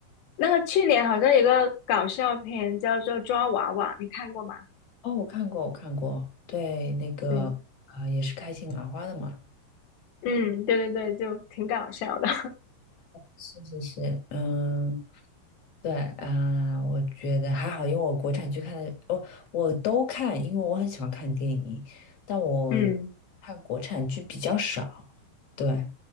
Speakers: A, on the left (about 65°); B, on the left (about 40°).
A: 那个去年好像有个搞笑片叫做《抓娃娃》，你看过吗？
B: 哦，我看过，我看过。对，那个
A: 对，
B: 啊呃也是开心麻花的嘛。
A: 嗯，对对对，就挺搞笑的，
B: 是是是，嗯，对啊、我觉得还好，因为我国产剧看的，哦，我都看，因为我很喜欢看电影，但我
A: <laughs> 嗯，
B: 看国产剧比较少。对。